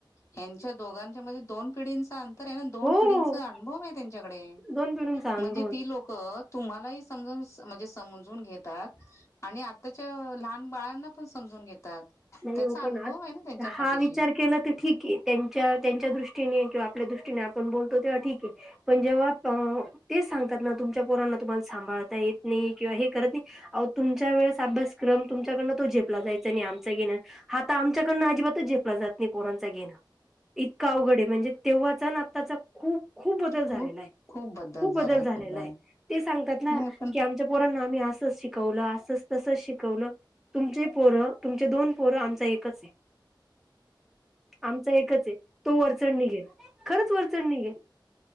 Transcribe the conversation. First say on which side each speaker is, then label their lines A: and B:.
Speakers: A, on the left; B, in the centre.
A: यांच्या दोघांच्या मध्ये दोन पिढींचा अंतर तर आहे ना दोन
B: हो
A: पिढींचा
B: हो
A: अनुभव आहे त्यांच्याकडे
B: दोन पिढींचा अनुभव
A: म्हणजे
B: आहे
A: ती लोक तुम्हालाही समजून म्हणजे समजून घेतात आणि आताच्या लहान बाळांना पण समजून <inaudible> घेतात
B: नाही
A: त्याचा
B: हो पण
A: अनुभव
B: आ
A: आहे ना त्यांच्या
B: हा
A: पाठीशी
B: विचार केला तर ठीक आहे त्यांच्या त्यांच्या दृष्टी किंवा आपल्या दृष्टीने आपण बोलतो तेव्हा ठीके पण जेव्हा तेच सांगतात ना तुमच्या पोरांना सांभाळता येत नाही किंवा हे करत नाही आहोज् तुमच्या वेळेस अभ्यासक्रम तुमच्याकडून तोे झेपला जायचा नाही आ आमच्याकडं अजिबातच झेपला जात नाही पोरांचा घेणं इतकं अवघड आहे म्हणजे तेव्हाचा आणि आत्ताचा खूप खूप बदल झालेला
A: खूप
B: आहे खूप
A: झालाय
B: बदल झालेला
A: खूप
B: आहे ते सांगतात
A: नाही
B: ना
A: पण
B: की आमच्या पोरांना आम्ही असंच शिक शिकवलं अस तसच शिकवलं तुमचे पोरं तुमचे दोन पोरं आमचा एकच आहे आमचा एकच आहे तो वरचढ निघेल खरंच वरचढ निघेल